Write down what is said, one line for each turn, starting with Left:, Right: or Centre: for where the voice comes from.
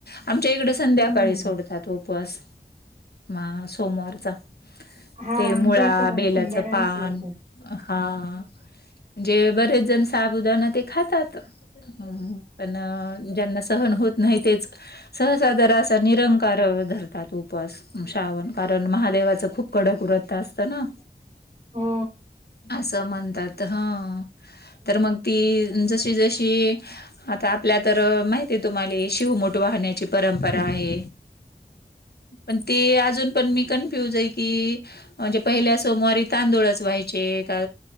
Left: आमच्या इकडे, संध्याकाळी
Right: हम्म
Left: सोडतात उपवास म सोमवारचा,
Right: हा
Left: ते
Right: आमच्या
Left: मुळा
Right: येतं पण
Left: बेलाचं
Right: संध्याकाळीच
Left: पान
Right: सोडतात
Left: हा म्हणजे बरेच जण साबुदण ते खातात. अ पण ज्यांना सहन होत नाही तेच, सहसादर असा निरंकार धरतात उपवास, श्रावण कारण महादेवाच खूप कडक वरत असतं ना,
Right: हो
Left: असं म्हणतात हा तर मग ती जशी जशी, आता आपल्या तर माहिती आहे तुम्हाला शिवमोठ वाहण्याची परंपरा आहे. पण ते अजून पण मी कन्फ्युज आहे की म्हणजे पहिल्या सोमवारी, तांदूळच व्हायचे का